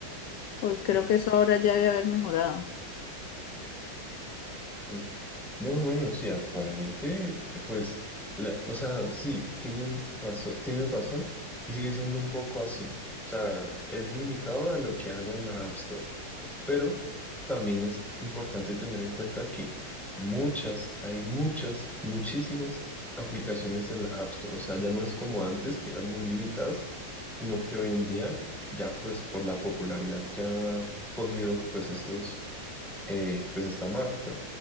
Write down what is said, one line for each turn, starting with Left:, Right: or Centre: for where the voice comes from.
Left: pues creo
Centre: Mm,
Left: que eso ahora ya debe haber mejorado.
Centre: mm. No, bueno, sí, actualmente, eh, pues, la- o sea, sí, tienen razón, tienes razón y sigue siendo un poco así. O sea, es limitado a lo que haya en la App Store. Pero también es importante tener en cuenta que muchas, hay muchas, muchísimas aplicaciones en la App Store. O sea, ya no es como antes, que eran muy limitadas, sino que hoy en día, ya pues por la popularidad que ha cogido pues estos, eh, pues esta marca,